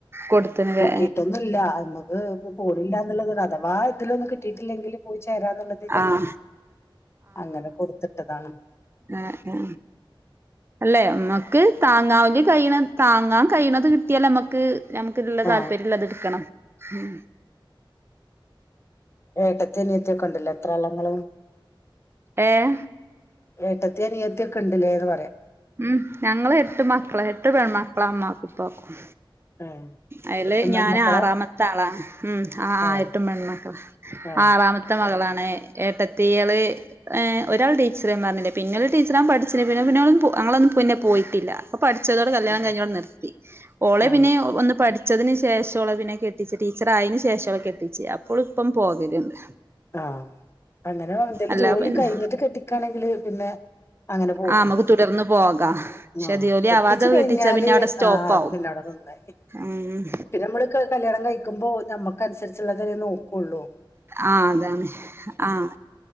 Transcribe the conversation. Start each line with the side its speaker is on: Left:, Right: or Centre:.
Right: കൊടുത്തിന് ല്ലേ
Left: നോക്കിയിട്ടൊന്നുംല്ല നമ്മുക്ക് ഫോണില്ല എന്നുള്ളത് അഥവാ ഇതിലൊന്നും കിട്ടിയിട്ടില്ലെങ്കിൽ പോയി ചേരാന്നുള്ളത്
Right: ആഹ്
Left: അങ്ങനെ കൊടുത്തിട്ടതാണ്
Right: ഏ ഏ അല്ലെ നമ്മക്ക് താങ്ങാവല് കഴിഹണത് താങ്ങാൻ കഴിയണത് കിട്ടിയാലേ നമ്മക്ക് ഞമുക്ക് ഇതിനുള്ള
Left: ആ
Right: താല്പര്യള്ളതെടുക്കണം മ്
Left: എടക്ക്‌ അനിയത്തിക്കെ ഇണ്ട് ല്ലേ എത്ര ആളാ ഇങ്ങള്
Right: ഏഹ്
Left: ഏട്ടത്തി അനിയത്തി ഒക്കെണ്ട്ലേന്ന് പറയാ
Right: ഉം ഞങ്ങള് എട്ട് മക്കളാ എട്ടു പെൺ മക്കളാ മ്മാക്കും ഇപ്പാക്കും
Left: ഏ,
Right: അയില്
Left: എട്ടും
Right: ഞാൻ
Left: പെൺമക്കളാ
Right: ആറാമത്തെ ആളാ ഉം ആ ആയെട്ടും
Left: ഏ
Right: പെൺമക്കളാ
Left: ആ
Right: ആറാമത്തെ മകളാണ് ഏട്ടത്തിയള് ഒരാൾ ടീച്ചർ പറഞ്ഞിലെ പിന്നെ ടീച്ചറാവാൻ പഠിച്ചിണ് പിന്നെ പിന്ന അങ്ങളൊന്നും പിന്നെ പോയിട്ടില്ല പഠിച്ചതോട് കല്യാണം
Left: ഉം,
Right: കഴിഞ്ഞോടെ നിർത്തി ഓളെ
Left: ആ
Right: പിന്നെ ഒന്ന് പഠി പഠിച്ചതിന് ശേഷാ ഓളെ പിന്നെ കെട്ടിച്ചേ ടീച്ചറായേന് ശേഷാ ഓളെ കെട്ടിച്ച് അപ്പോൾ ഇപ്പം ഓൾ പോകല്ണ്ട്
Left: ആഹ അങ്ങനെ എന്തേലും
Right: അല്ലാ
Left: ജോലി
Right: പിന്നെ
Left: കഴിഞ്ഞിട്ട് കെട്ടിക്കയാണെങ്കില് പിന്നെ അങ്ങനെ പോകും
Right: ആ നമുക്ക് തുടർന്ന് പോക പക്ഷെ
Left: ആ
Right: ജോലി
Left: കെട്ടിച്ചു
Right: ആവാതെ
Left: കഴിഞ്ഞാല്
Right: കെട്ടിച്ച പിന്നെ അവിടെ സ്റ്റോപ്പ
Left: ആ അത്
Right: ആവും
Left: പിന്നെ അവിടെ നന്നായി
Right: ഉം
Left: പിന്നെ നമ്മള് ക- കല്യാണം കഴിക്കുമ്പോ നമ്മുക്ക് അനുസരിച്ചുള്ളതെല്ലേ നോക്കൊള്ളൂ
Right: ആ അതാണ് ആഹ